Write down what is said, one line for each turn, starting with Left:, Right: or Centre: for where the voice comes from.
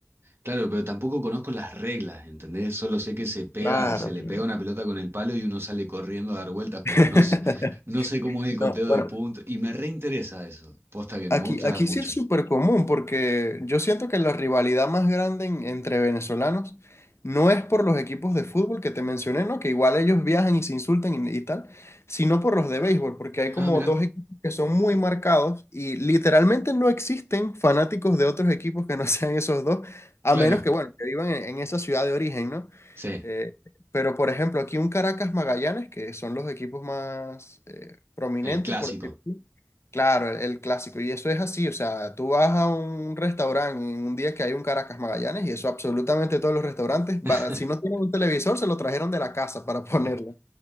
Right: Claro, pero tampoco conozco las reglas, ¿entendés? Solo sé que se pega,
Left: Claro,
Right: se
Left: claro.
Right: le pega una pelota con el palo y uno sale corriendo a dar vueltas,
Left: <laughs>
Right: pero no, s- no sé cómo es el conteo
Left: No, bueno,
Right: de puntos. Y me reinteresa eso. Posta que
Left: Aquí,
Right: me gusta
Left: aquí
Right: mucho.
Left: sí es súper común porque yo siento que la rivalidad más grande en- entre venezolanos no es por los equipos de fútbol que te mencioné, ¿no? Que igual ellos viajan y se insultan y, y tal, sino por los de béisbol, porque hay como
Right: Ah, mirá,
Left: dos equipos que son muy marcados y literalmente no existen fanáticos de otros equipos que no <laughs> sean esos dos, a
Right: claro,
Left: menos que, bueno, que vivan en, en esa ciudad de origen, ¿no?
Right: sí,
Left: Eh, pero, por ejemplo, aquí un Caracas Magallanes, que son los equipos más eh, prominentes,
Right: el clásico.
Left: por decirlo así. Claro, el, el clásico. Y eso es así, o sea, tú vas a un restaurante en un día que hay un Caracas Magallanes y eso absolutamente todos los restaurantes, va-
Right: <laughs>
Left: si no tienen un televisor, se lo trajeron de la casa para <laughs> ponerlo,